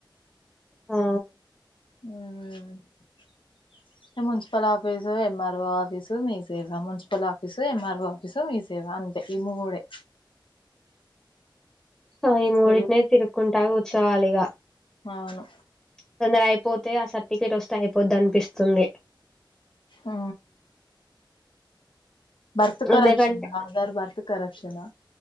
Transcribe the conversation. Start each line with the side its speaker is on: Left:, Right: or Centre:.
Centre: ఆ
Left: ఉమ్ municipal office, M R O office మీ సేవ. Municipal office, M R O office, మీ సేవ అ అంతే ఈ మూడే
Centre: ఆ ఈ మూడింటినే
Left: తిరుగు
Centre: తిరుకుంటా కూర్చోవాలి ఇగ
Left: అవును
Centre: తొందరైపోత్ తే ఆ సర్టిఫికెటోస్తే అయిపోదనిపిస్తుంది
Left: ఆ బర్త్ కరప్షన్
Centre: ఎందుకంటే
Left: ఆధార్ బర్త్ కరప్షనా